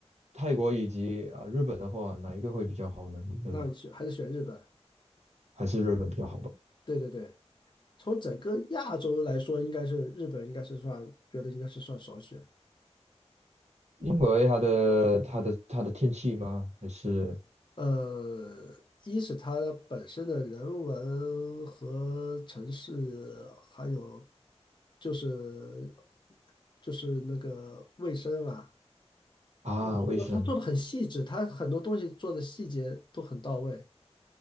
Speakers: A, on the right; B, on the left.
A: 泰国以及啊、日本的话，哪一个会比较好呢？你认为
B: 那选还是选日本，
A: 还是日本比较好吧？
B: 对对对。从整个亚洲来说，应该是日本，应该是算，觉得应该是算首选。
A: 因为它的它的它的天气吗？还是
B: 呃，一是它本身的人文和城市，还有就是就是那个卫生啊，
A: 啊卫生
B: 都都它做的很细致，它很多东西做的细节都很到位。